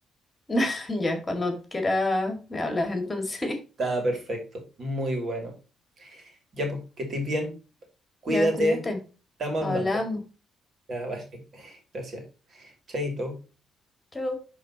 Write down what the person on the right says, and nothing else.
Estaba perfecto, muy bueno. Ya pues, que estés bien,
cuídate,
estamos
hablando. Ya, vale, <laughs> gracias. Chaito.